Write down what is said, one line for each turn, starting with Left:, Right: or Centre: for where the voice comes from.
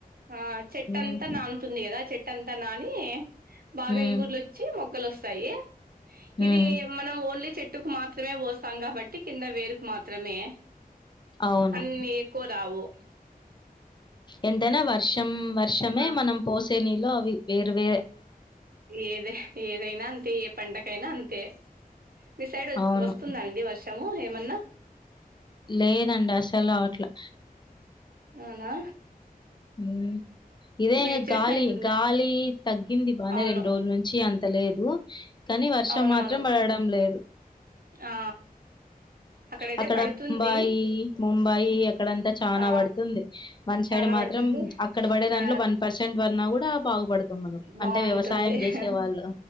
Right: ఆ చెట్టాంతా
Left: హ్మ్.
Right: నానుతుంది గదా చెట్ అంతా నాని బాగా
Left: హ్మ్.
Right: ఇగుర్లొచ్చి మొగ్గలోస్తాయి.
Left: హ్మ్.
Right: ఇది మనం ఓన్లీ చెట్టుకు మాత్రమే పోస్తాం కాబట్టి కింద వేరుకు మాత్రమే
Left: అవును.
Right: అన్ని ఎక్కువ రావు
Left: ఎంతైనా వర్షం వర్షమే
Right: ఆ
Left: మనం పోసే నీళ్ళు అవి వేరు వేరే
Right: ఏద ఏదైనా అంతే ఏ పంటగైనా అంతే మీ సైడ్ వ
Left: అవును.
Right: వస్తుందాండి వర్షము ఏమన్నా
Left: లేదండి అసలు అట్లా
Right: అవునా
Left: ఉ ఇదే
Right: వెయిట్
Left: గాలి
Right: చేసినట్టుంది
Left: గాలి తగ్గింది
Right: అవును
Left: రెండు రోజుల నుంచి అంత లేదు కానీ వర్షం
Right: అవునవును
Left: మాత్రం పడడం లేదు
Right: ఆ అక్కడైతే
Left: అక్కడ
Right: పడుతుంది
Left: ముంబాయి ముంబాయి అక్కడంతా చానా
Right: ఆ
Left: పడుతుంది మన సైడ్
Right: చానా
Left: మాత్రం
Right: పడుతుంది
Left: అక్కడ పడే దాంట్లో
Right: ఆ
Left: వన్ పర్సెంట్ పడినా కూడా బాగుపడతాం మనం
Right: బాగుంటుంది
Left: అంటే వ్యవసాయం చేసే
Right: హా
Left: వాళ్ళు